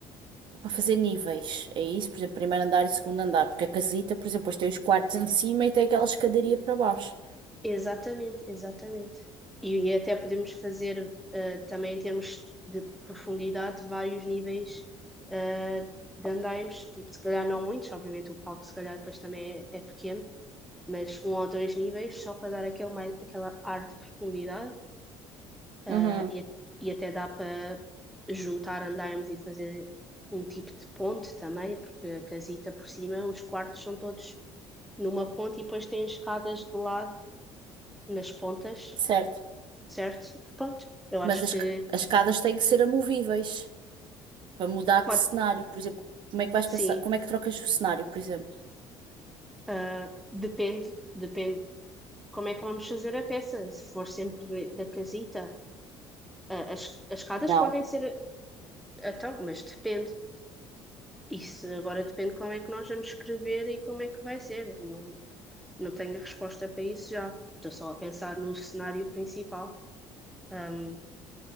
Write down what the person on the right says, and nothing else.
para fazer níveis. É isso, por exemplo, primeiro andar e segundo andar. Porque a casita, por exemplo, depois tem os quartos em cima e tem aquela escadaria para baixo.
Uhum,
certo.
Mas as,
ca- as escadas têm que ser amovíveis para mudar
de cenário. Por exemplo, como é que vais
pensar? Como é que trocas o cenário, por exemplo?
Não.